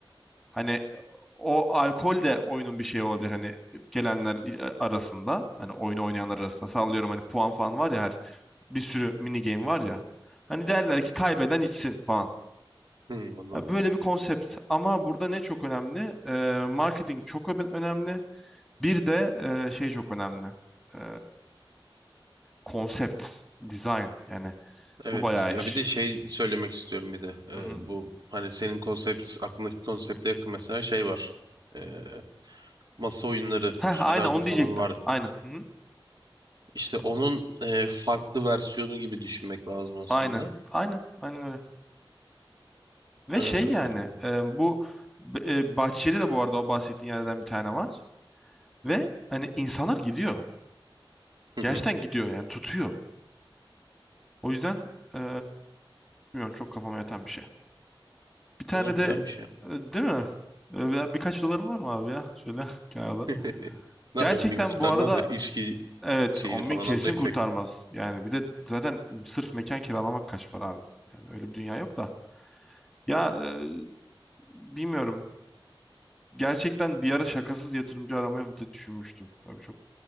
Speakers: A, in the centre; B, on the right.
A: Hani o alkol de oyunun bir şeyi olabilir hani gelenler e, arasında hani oyunu oynayanlar arasında sallıyorum hani puan falan var ya her bir sürü mini game var ya. Hani derler ki kaybeden içsin falan.
B: Hı, anladım.
A: Ya Böyle bir konsept ama burada ne çok önemli? Ee, marketing çok ö- önemli. Bir de e, şey çok önemli. Ee, konsept, design yani
B: Evet.
A: bu bayağı
B: Ya
A: iş.
B: bir de şey söylemek istiyorum bir de. Ee,
A: Hı hı.
B: bu hani senin konsept aklındaki konsepte yakın mesela şey var. Ee, masa oyunları
A: Heh,
B: Üsküdar'da
A: aynen onu
B: falan
A: diyecektim.
B: var.
A: Aynen. Hı hı.
B: İşte onun e, farklı versiyonu gibi düşünmek lazım aslında.
A: Aynen. Aynen. Aynen öyle. Ve
B: Ee, hı
A: şey yani e, bu b- e, Bahçeli'de de bu arada o bahsettiğin yerden bir tane var. Ve hani insanlar gidiyor.
B: hı.
A: Gerçekten gidiyor yani tutuyor. O yüzden e, bilmiyorum çok kafama yatan bir şey. Bir tane
B: Buna güzelmiş
A: de
B: ya.
A: e, değil mi? E, ya birkaç dolarım var mı abi ya? Şöyle <laughs> kenarda.
B: <laughs> Ne
A: Gerçekten
B: 10 bin kurtarmaz
A: bu arada
B: ya. İçki
A: evet
B: şeyini
A: on
B: falan
A: bin kesin
B: alacaksak.
A: kurtarmaz. Yani bir de zaten sırf mekan kiralamak kaç para abi? Yani öyle bir dünya yok da. Ya e, bilmiyorum. Gerçekten bir ara şakasız yatırımcı aramayı da düşünmüştüm. Tabii çok